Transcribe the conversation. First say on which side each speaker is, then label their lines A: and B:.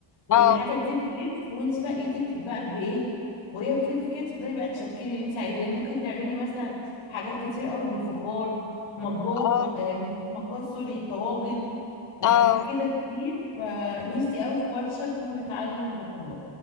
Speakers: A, on the left; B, on the left.
A: اه
B: والحاجه دي بتلف وانت بقى ايدك بقى بايه وهي بتلف كده تفضلي بقى تشكلي اللي انت عايزاه ممكن تعملي مثلا حاجات كتير قوي بالفخار مجات
A: اه
B: و... آم، مجات سوري طواجن وحاجات
A: اه
B: كده كتير فنفسي قوي في ورشه تكون بتعلم فخار